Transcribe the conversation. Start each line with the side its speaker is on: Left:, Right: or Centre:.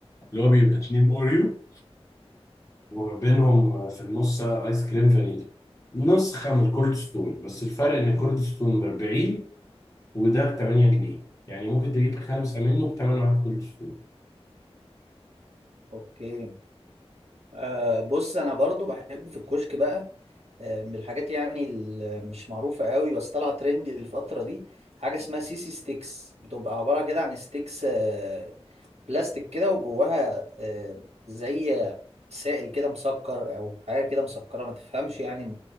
Left: اللي هو بيبقى اتنين اوريو وبينهم في النص ايس كريم فانيليا نسخة من الكولد ستون بس الفرق ان الكولد ستون ب 40 وده ب 8 جنيه يعني ممكن تجيب خمسة منه ب 8 واحد كولد ستون
Right: اوكي آه بص انا برضو بحب في الكشك بقى آه من الحاجات يعني اللي مش معروفه قوي بس طالعه ترندي الفتره دي حاجه اسمها سيسي ستيكس بتبقى عباره كده عن ستيكس آه بلاستيك كده وجواها آه زي سائل كده مسكر او حاجه كده مسكره ما تفهمش يعني